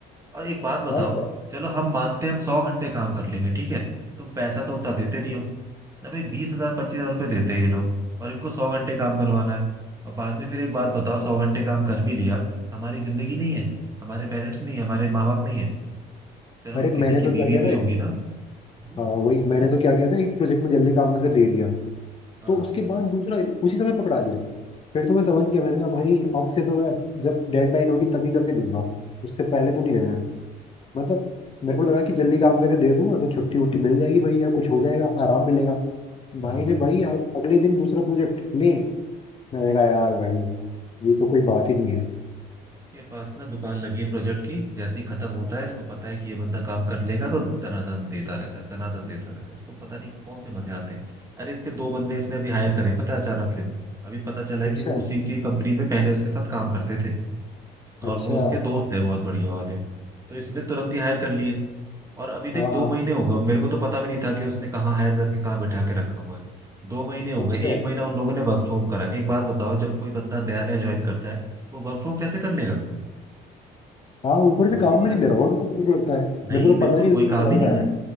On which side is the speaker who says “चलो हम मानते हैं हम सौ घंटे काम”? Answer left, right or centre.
Right